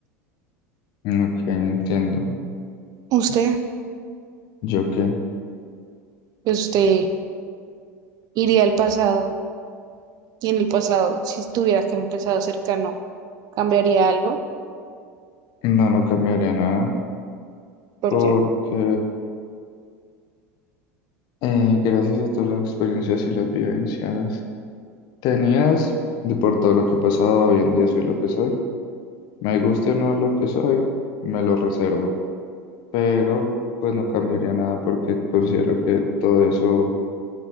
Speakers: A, on the left; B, on the right.
A: Ok, entiendo.
B: usted,
A: ¿Yo qué?
B: pues usted iría al pasado y en el pasado, si estuviera que empezado cercano, cambiaría algo,
A: No, no cambiaría nada
B: porque
A: porque eh, gracias a todas las experiencias y las vivencias tenías, de por todo lo que he pasado, hoy en día soy lo que soy. Me guste o no lo que soy, me lo reservo. pero pues no cambiaría nada porque considero que todo eso